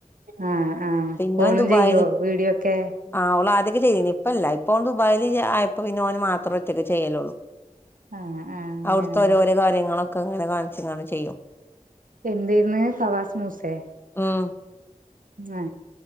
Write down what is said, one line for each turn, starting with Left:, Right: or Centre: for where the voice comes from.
Right: ആഹ് ആഹ്
Left: പിന്നെ
Right: കോളും
Left: ദുബായില്
Right: ചെയ്യോ വീഡിയോ ഒക്കെ
Left: ആള്ളൂ ആതൊക്കെ ചെയ്യേ ഇപ്പല്ല ഇപ്പൊ ദുബായിൽ ആയപ്പോ പിന്നെഓന് മാത്രമേറ്റൊക്കെ ചെയ്യലുള്ളൂ
Right: ആഹ് ആഹ് അങ്ങനെല്ലേ
Left: അവിടുത്തെ ഓരോരോ കാര്യങ്ങളൊക്കെ ഇങ്ങനെ കാണിിച്ചങ്ങെ ചെയ്യും
Right: എന്തായിന്ന് കവാസ് മൂസെ
Left: ആ
Right: ആ